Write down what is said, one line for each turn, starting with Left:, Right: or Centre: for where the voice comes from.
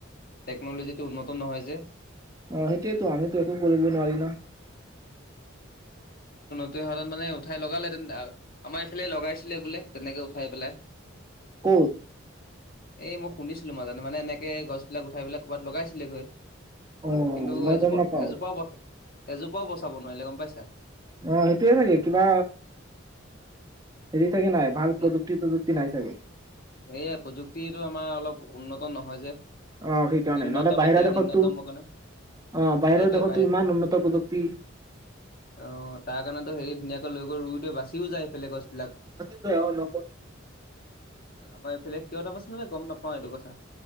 Left: টেকনলজিটো উন্নত নহয় যে।
Right: অহ, সেইটোৱেটো আমিতো একো কৰিব নোৱাৰি ন?
Left: গোটেই হোৱা হেতেন মানে উঠাই লগালে হেতেন, আমাৰ এইফালে লগাইছিলে বোলে তেনেকে উঠাই পেলাই।
Right: ক'ত?
Left: এই মই শুনিছিলো মাজতে মানে এনেকে গছবিলাক উঠাই পেলাই ক'ৰবাত লগাইছিলেগৈ।
Right: অ
Left: কিন্তু,
Right: মই
Left: এজোপা
Right: গম নাপাও
Left: এজোপাও বচ এজোপাও বচাব নোৱাৰিলে গম পাইছা।
Right: অ সেইটোয়ে চাগে কিবা হেৰি চাগে নাই ভাল
Left: এ
Right: প্ৰযুক্তি তযুক্তি নাই চাগে।
Left: সেয়ে প্ৰযুক্তিটো আমাৰ অলপ উন্নত নহয় যে
Right: অ সেইকাৰণে
Left: নিম্নতম
Right: নহ'লে বাহিৰা
Left: এতিয়া
Right: দেশতটো
Left: নিম্নতম
Right: অ,
Left: কাৰণে
Right: বাহিৰৰ
Left: সেইটোৱে
Right: দেশতটো
Left: পায়
Right: ইমান উন্নত প্ৰযুক্তি।
Left: অ, তাৰ কাৰণেতো হেৰি ধুনীয়াকে লৈ গৈ ৰুই দিয়ে বাচিও যায় সেইফালে গছবিলাক।
Right: <unintelligible>
Left: আমাৰ এইফালে কিয় নাবাচে মানে গম নাপাও এইটো কথা।